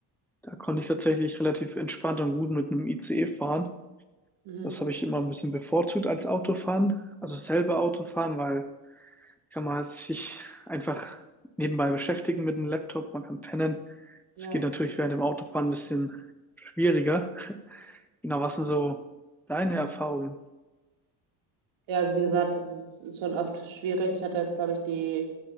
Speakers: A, in the centre; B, on the right (about 70°).
A: da konnte ich tatsächlich relativ entspannt und gut mit einem ICE fahren.
B: Mhm.
A: Das habe ich immer ein bisschen bevorzugt als Autofahren. Also selber Autofahren, weil kann man sich einfach nebenbei beschäftigen mit dem Laptop, man kann pennen. Das
B: Ja.
A: geht natürlich während dem Autofahren ein bisschen schwieriger. Genau, was sind so deine Erfahrungen?
B: Ja, also wie gesagt, das ist, ist schon oft schwierig. Ich hatte jetzt, glaube ich, die